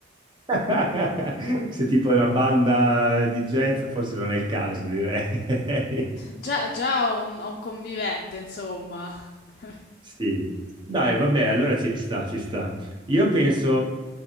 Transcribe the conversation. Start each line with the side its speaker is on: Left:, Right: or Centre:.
Right: <laughs> Se tipo è una banda di jazz, forse non è il caso, direi. <laughs>
Left: Già già ho un ho un convivente, insomma. <laughs>
Right: Sì. Dai, vabbè, allora ci sta, ci sta. Io penso...